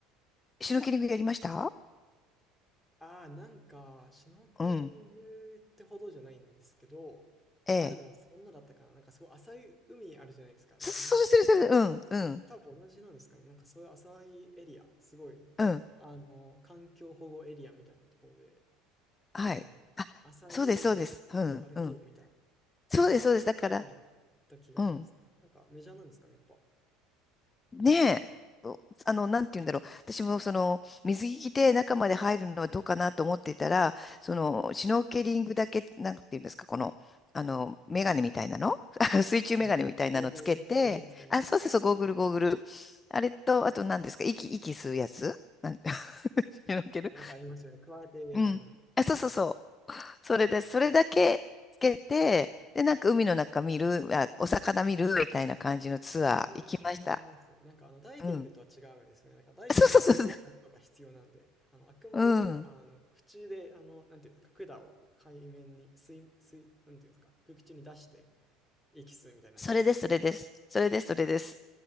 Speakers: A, on the left (about 25°); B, in the centre.
A: シュノーケリングやりました
B: ああ、なんか、シュノーケリングってほどじゃないんですけど、
A: うん。ええ。
B: あ、でも、そんなだったかな。なんかすごい浅い海あるじゃないですか。な、
A: そ、<laughs>
B: なんていうのかな。
A: そうです、そうです。うん、
B: そ多分同じなんですかね。
A: うん、
B: なんかそういう浅いエリア、すごい、
A: うん。
B: あの、環境保護エリアみたいなところで、
A: はい。
B: あの、
A: あ、
B: 浅い海で歩けるみたいな。
A: そうです、そうです。うん、うん。
B: 結構そういうところに行った気がしますね。
A: そうです、そうです。だから、うん。
B: なんかメジャーなんですかね、やっぱ。
A: ねえ、おあの、なんて言うんだろう。私もその、水着着て中まで入るのはどうかなと思っていたら、その、シュノーケリングだけ、なんて言うんですか、この、あの、メガネみたいなの <laughs> 水中メガネみたいなのつけて、
B: はいはい。ゴーグルね、ゴーグルつけますよね。
A: あ、そうそうそう、ゴーグル、ゴーグル。あれと、あと何ですか、息、息吸うやつ <laughs> なんて、<laughs> シュノーケル
B: あなんかありますよね。加えて、
A: うん。
B: あの、
A: あ、そうそうそう。それで、それだけつけて、で、なんか海の中見る、あ、お魚見るみたいな感じのツアー行きました。
B: あ、自分もそんな感じです。なんかあのダイビングとは違うんですね。
A: うん。
B: なんかダイビングだとやっぱ資格とか必要なんで、
A: あそうそうそう
B: あのあくまであの口であの、
A: うん。
B: なんていうんですか、管を海面に水、水、なんていうんですか、空気中に出して息吸うみたいなやつですよね。
A: それです、それです。それです、それです。